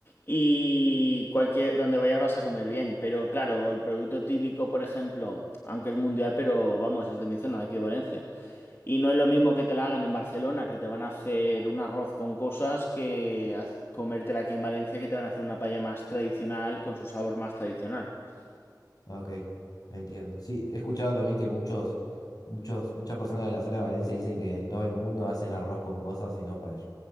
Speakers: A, on the left; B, on the left.
A: Y cualquier, donde vayas vas a comer bien, pero claro, el producto típico, por ejemplo, aunque es mundial, pero vamos, es de mi zona, de aquí de Valencia. Y no es lo mismo que te la hagan en Barcelona, que te van a hacer un arroz con cosas, que haz- comértela aquí en Valencia, que te van a hacer una paella más tradicional, con su sabor más tradicional. <laughs>
B: Ok, entiendo. Sí, he escuchado también que muchos, muchos, muchas personas de la zona de Valencia dicen que en todo el mundo hacen arroz con cosas y no paella.